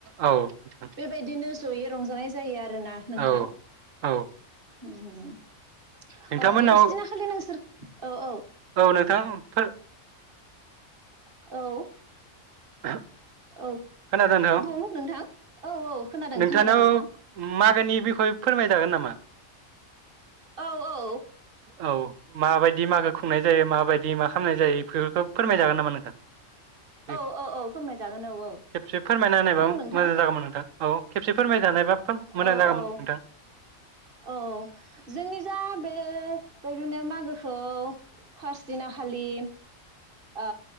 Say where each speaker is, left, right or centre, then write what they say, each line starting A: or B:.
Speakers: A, on the right (about 75°); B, on the right (about 45°).
A: औ नोंथां
B: बे बायदिनो जयै रंजानाय जायो आर आरोना नोंथां
A: औ औ
B: उम
A: नोंथांमोननाव
B: ओ लासस्ट दिना खालि नोंसोर औ औ
A: औ नोंथां फोर
B: औ
A: <inaudible>
B: औ
A: खोनादों नोंथां
B: बुं नोंथां औ औ खोनादों
A: नोंथांनाव
B: खोनादों नोंथां
A: मागोनि बिखय फोरमायजागोन नामा
B: औ औ
A: औ माबायदि मागो खुंनाय जायो माबायदि मा खालामनाय जायो बेफोरखौ फोरमायजागोन नामा नोंथां बे
B: औ औ औ फोरमायजागोन औ औ
A: खेबसे फोरमायना होननायबा
B: बुं नोंथां
A: मोजां जागौमोन नोंथां औ खबसे फोरमाय जानायबा खोब मोजां
B: औ
A: जागौमोन
B: औ
A: नोंथां
B: औ जोंनि जा बे बादिनो मागोखौ फार्स्ट दिना खालि आ